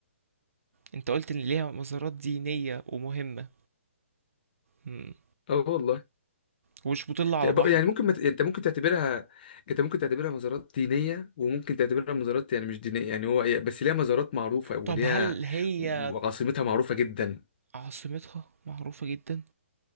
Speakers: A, on the right; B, on the left.
A: انت قلت ان ليها مزارات دينية ومهمة مم.
B: اه والله
A: ومش مطلة على
B: يعني
A: بحر
B: بق- يعني ممكن مت... انت ممكن تعتبرها انت ممكن تعتبرها مزارات دينية وممكن تعتبرها مزارات يعني مش دينية يعني هو بس ليها مزارات معروفة وليها
A: طب هل هي
B: وعاصمتها معروفة جدا
A: عاصمتها معروفة جدا